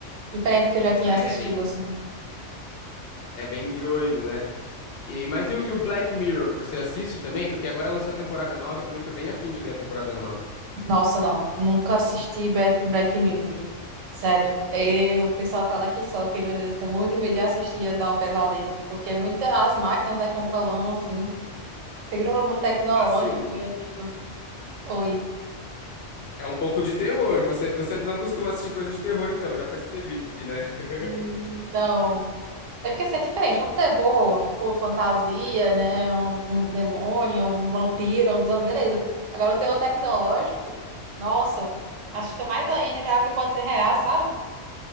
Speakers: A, on the right (about 85°); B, on the left (about 60°).
A: diferente do que eu já tinha
B: É
A: assistido,
B: bem,
A: assim.
B: é bem doido, né? E, mas e, o- e o Black Mirror, você assiste também? Porque agora lançou a temporada nova, eu também tô bem afim de ver a temporada nova.
A: Nossa, não. Nunca assisti Black Black Mirror. Sério, eu, o pessoal fala que sofre, meu Deus, eu tenho muito de medo de assistir e dar um pesadelo, porque muitas as máquinas, né, controlando, assim, seguro muito tecnológico,
B: Assim.
A: e eu fico, oi,
B: É um pouco de terror. Você, você não costuma assistir coisa de terror, então, já percebi, né?
A: hum,
B: <laughs>
A: não. É porque assim, é diferente, é um terror, tipo, fantasia, né, um, um demônio, um vampiro, um zumbi, beleza. Agora, o terror tecnológico, nossa, assusta mais ainda, que é algo que pode ser real, sabe?